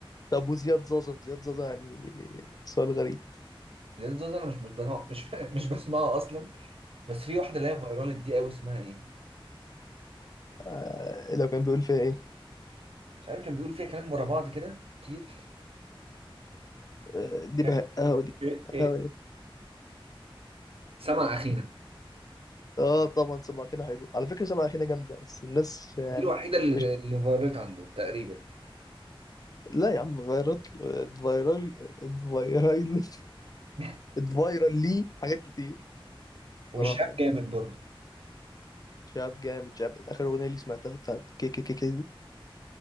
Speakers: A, on the left; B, on the right.
A: طب وزياد زازا زياد زازا يعني سؤال غريب
B: زياد زوزو انا مش بسمع مش <laughs> مش بسمعها اصلا بس في واحده اللي هي فايرال دي قوي اسمها ايه
A: آه، لو كان بيقول فيها إيه؟
B: مش عارف كان بيقول فيها كلام ورا بعض كده كتير
A: آه، دي
B: فيها
A: بهقها
B: كان ايه
A: ودي
B: ايه
A: بهقها
B: ايه
A: ودي
B: سمع اخينا
A: آه طبعا سماخينا حلو على فكرة سماخينا جامدة بس الناس آه،
B: دي الوحيده اللي
A: مش
B: اللي فايرالت عنده تقريبا
A: لا يا عم فيرال فيرال فيرال
B: <laughs>
A: فيرال لي حاجات كتير
B: وشاب
A: صراحة يعني.
B: جامد برضو
A: شاب جامد شاب اخر اغنيه لي سمعتها بتاعت كي كي كي كي دي